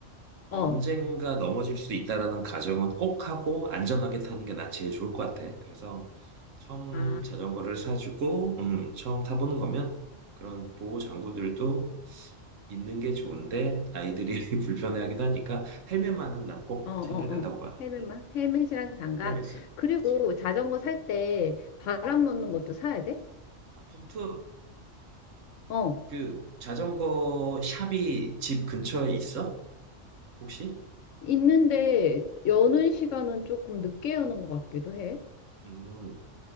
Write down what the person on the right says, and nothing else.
언젠가
넘어질 수 있다라는 가정은 꼭 하고 안전하게 타는 게 난 제일 좋을 것 같아. 그래서 처음
자전거를 사주고 음, 처음 타보는 거면 그런 보호 장구들도 있는 게 좋은데 아이들이 <laughs> 불편해하기도 하니까 헬멧만은 난 꼭
챙겨야 된다고
봐.
음,
음.
헬멧은
그치.
어,
아, 펌프
그 자전거 샵이 집 근처에 있어? 혹시?
음,
음,